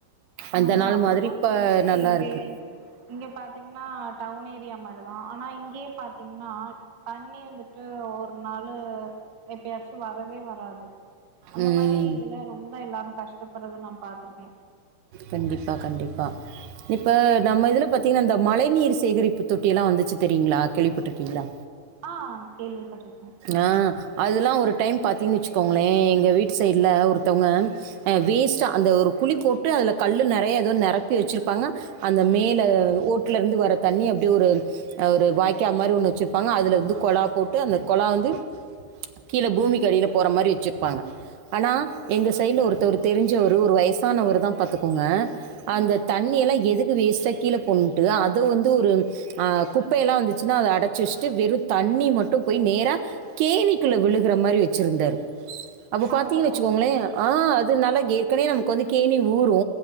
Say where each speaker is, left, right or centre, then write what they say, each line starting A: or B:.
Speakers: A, on the right; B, on the right.
A: அந்த
B: ஆமா
A: நாள் மாதிரி
B: ஆனா
A: இப்ப
B: வந்துட்டு
A: நல்லா
B: எங்க
A: இருக்கு.
B: இங்க பாத்தீங்னா டவுன் ஏரியா மாரிதா ஆனா இங்கயே பாத்தீங்னா தண்ணி வந்துட்டு ஒரு நாளு எப்பயாச்சு வரவே வராது அந்த
A: ம்
B: மாரி இதுல ரொம்ப எல்லாரு கஷ்டப்படுறத நா பா்த்திருக்கே
A: கண்டிப்பா கண்டிப்பா இப்ப நம்ம இதுல பாத்தீங்கனா இந்த மழை நீர் சேகரிப்பு தொட்டில்லா வந்துச்சு தெரியுங்ளா கேள்விப்பட்டுருக்கீங்ளா
B: ஆ கேள்விப்பட்ருக்க
A: ஆ அதெலா ஒரு டைம் பாத்தீங்கன் வச்சுக்கோங்களே எங்க வீட்டு சைடுல ஒருத்தவங்க வேஸ்ட்டா அந்த ஒரு குழி போட்டு அதில கல் நெறய எதோ நெரப்பி வச்சுருப்பாங்க அந்த மேல ஓட்டுல இருந்து வர தண்ணி அப்டியே ஒரு ஒரு வாய்க்கா மாரி ஒன்னு வச்சுருப்பாங்க அதுல வந்து கொழா போட்டு அந்த கொழா வந்து கீழ பூமிக்கடில போற மாரி வச்சிருப்பாங்க ஆனா எங்க சைட்ல ஒருத்தவரு தெரிஞ்சவரு ஒரு வயசானவருதா பாத்துக்கோங்க அந்த
B: ம்
A: தண்ணி எல்லா எதுக்கு வேஸ்ட்டா கீழ போண்ணுன்ட்டு அத வந்து ஒரு ஆ குப்பையெல்லா வந்துச்சுன்னா அத அடைச்சு வச்சுட்டு வெறு தண்ணி மட்டு போய் நேரா கேணிக்குல விழுகுற மாரி வச்சிருந்தாரு அப்ப
B: பரவால்ல
A: பாத்தீங்க வச்சுக்கோங்களே ஆ அது நல்லா ஏற்கனவே நமக்கு வந்து கேணி ஊரு